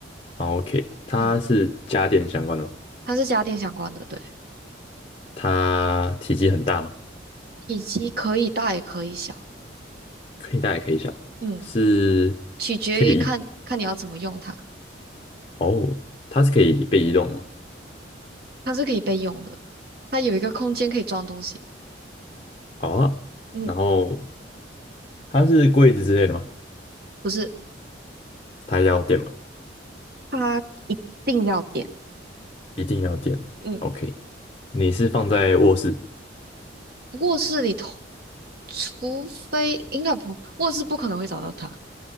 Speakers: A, on the left; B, on the right.
A: 哦？OK，它是家电相关的吗？
B: 嗯。它是家电相关的，对，
A: 它体积很大吗？
B: 体积可以大也可以小，
A: 可以大也可以小，
B: 嗯，
A: 是
B: 取决于看看你要怎么用它。
A: 可以移哦，它是可以被移动的吗？
B: 它是可以备用的，它有一个空间可以装东西。
A: 哦，
B: 嗯，
A: 然后它是柜子之类的吗？
B: 不是，
A: 它要电吗？
B: 它一定要点。
A: 一定要电。
B: 嗯，
A: OK，你是放在卧室？
B: 卧室里头，除非应该不，卧室不可能会找到它。